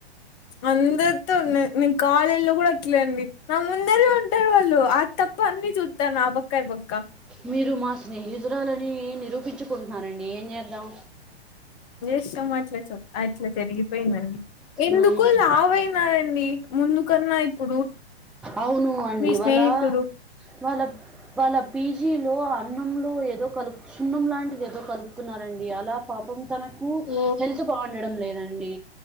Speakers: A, on the left (about 30°); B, in the centre.
A: అందరితో నె నే కాలేజ లో కూడా అట్లే అండి నా ముందర ఉంటారు వాళ్ళు ఆ తప్ప అన్ని చూతారు నా పక్క ఈ పక్క
B: మీరు మా స్నేహితురాలని నిరూపించుకుంటున్నారండి ఏం చే దాం
A: ఎట్ల మాచాచవ్ అట్లా జరిగిపోయిందండి ఎందుకు
B: ఉమ్
A: లావయినారండి ముందుకన్న ఇప్పుడు
B: అవును అండి
A: మీ స్నేహితుడు
B: వాళ్ళ వాళ్ళ వా అలా పీజీలో అన్నంలో ఏదో కలుపు సున్నం లాంటిది ఏదో కలుపుతున్నారండి అలా పాపం తనకి కు
A: ఓ
B: హెల్త్ బాగుండడం లేదండి